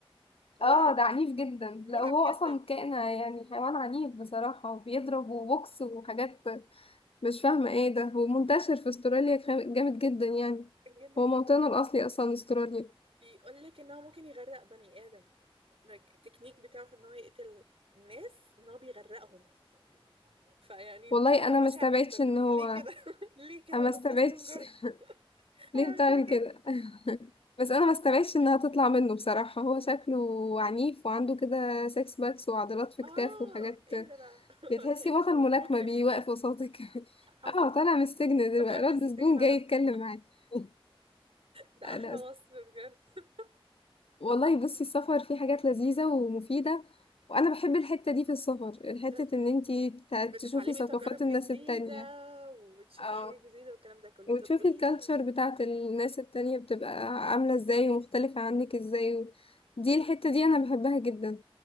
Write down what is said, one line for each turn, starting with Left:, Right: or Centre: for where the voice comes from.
Right: مرعب
Left: اه ده عنيف جدا
Right: مرعب
Left: لا هو
Right: جدا
Left: اصلا كائن يعني حيوان عنيف بصراحة وبيضرب وبوكس وحاجات مش فاهمة ايه ده ومنتشر في استراليا خام- جامد جدا يعني
Right: جدا
Left: هو موطنه
Right: جدا
Left: الاصلي اصلا استراليا
Right: بيقول لك ان هو ممكن يغرق بني ادم like التكنيك بتاعه في ان هو يقتل الناس ان هو بيغرقهم فيعني
Left: والله
Right: موتة
Left: انا
Right: بشعة
Left: ما استبعدش
Right: جدا
Left: ان هو
Right: ليه كده <laughs> ليه كده
Left: انا
Right: يا
Left: ما استبعدش
Right: استاذ كنجارو
Left: <laughs>
Right: انا
Left: ليه
Right: عملت
Left: بتعمل
Right: لك ايه
Left: كده <laughs> بس انا ما استبعدش انها تطلع منه بصراحة هو شكله عنيف وعنده كده سكس باكس وعضلات في
Right: اه
Left: كتافه وحاجات
Right: ايه ده بقى <laughs>
Left: تحسي
Right: كأنه
Left: بطل ملاكمة
Right: مجرم
Left: بيوقف قصادك <laughs>
Right: حصل
Left: اه طالع من السجن دلوقتي
Right: طلع من
Left: رد
Right: السجن
Left: سجون
Right: على
Left: جاي
Right: طول
Left: يتكلم معاك <laughs>
Right: ده
Left: انا
Right: احلى وصف بجد <laughs>
Left: والله بصي السفر فيه حاجات لذيذة ومفيدة وانا بحب الحتة دي في السفر حتة
Right: طب
Left: ان انتي ت-
Right: بتتعلمي
Left: تشوفي ثقافات
Right: تجارب
Left: الناس
Right: جديدة
Left: التانية
Right: وبتشوفي
Left: اه
Right: حاجات جديدة والكلام ده كله
Left: وتشوفي
Right: طب قولي
Left: الكالتشر
Right: لي
Left: بتاعت الناس التانية بتبقى عاملة ازاي ومختلفة عنك ازاي و... دي
Right: اه
Left: الحتة دي انا بحبها جدا